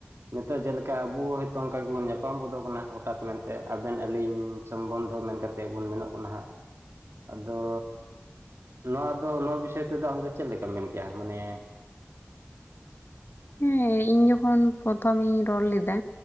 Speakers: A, on the right (about 70°); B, on the left (about 55°).
A: ᱱᱤᱛᱚᱜ ᱡᱮᱞᱮᱠᱟ ᱟᱵᱚᱩ ᱦᱚᱭ ᱛᱳ ᱚᱱᱠᱟ ᱜᱮᱵᱚᱱ ᱧᱟᱯᱟᱢ ᱜᱚᱫᱚᱜ ᱠᱟᱱᱟ ᱦᱚᱴᱟᱛ ᱢᱮᱱᱛᱮ ᱟᱵᱮᱱ ᱟᱹᱞᱤᱧ, ᱥᱚᱢᱵᱚᱱᱫᱷᱚ ᱢᱮᱱ ᱠᱟᱛᱮᱫ ᱵᱚᱱ ᱢᱮᱱᱚᱜ ᱠᱟᱱᱟ ᱦᱟᱸᱜ, ᱟᱫᱚ ᱱᱚᱣᱟ ᱫᱚ ᱱᱚᱣᱟ ᱵᱤᱥᱚᱭ ᱛᱮᱫᱚ ᱟᱢᱫᱚ ᱪᱮᱫ ᱞᱮᱠᱟᱢ ᱢᱮᱱ ᱠᱮᱭᱟ ᱢᱟᱱᱮ?
B: ᱦᱮᱸ ᱤᱧ ᱡᱚᱠᱷᱚᱱ ᱯᱚᱨᱚᱛᱷᱚᱢ ᱤᱧ ᱨᱚᱲ ᱞᱮᱫᱟ,